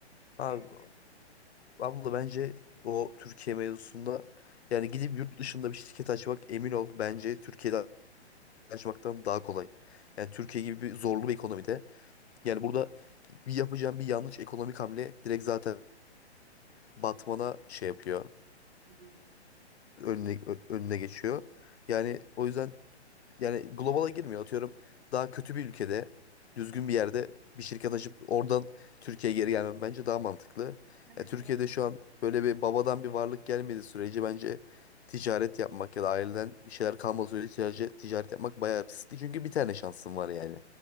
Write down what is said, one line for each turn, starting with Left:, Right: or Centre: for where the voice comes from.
Left: Abi
Right: E,
Left: Abla bence o Türkiye mevzusunda yani gidip yurt dışında bir şirket açmak emin ol bence Türkiye'de açmaktan daha kolay. Yani Türkiye gibi bir zorlu bir ekonomide yani burada bir yapacağın bir yanlış ekonomik hamle direkt zaten batmana şey yapıyor.
Right: hı hı.
Left: Önüne ö- önüne geçiyor. Yani o yüzden yani globala girmiyor. Atıyorum daha kötü bir ülkede düzgün bir yerde bir şirket açıp oradan Türkiye'ye geri gelmem bence daha mantıklı.
Right: evet
Left: Ya Türkiye'de
Right: olabilir.
Left: şu an böyle bir babadan bir varlık gelmediği sürece bence ticaret yapmak ya da aileden bir şeyler kalmadığı sürece ticaret, ticaret yapmak bayağı riskli. Çünkü bir tane şansın var yani.